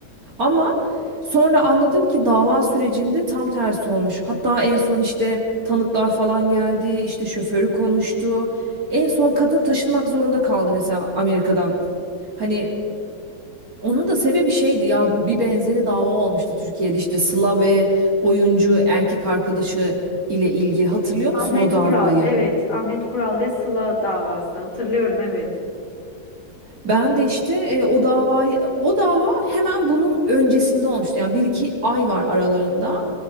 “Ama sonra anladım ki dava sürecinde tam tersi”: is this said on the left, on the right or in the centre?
Right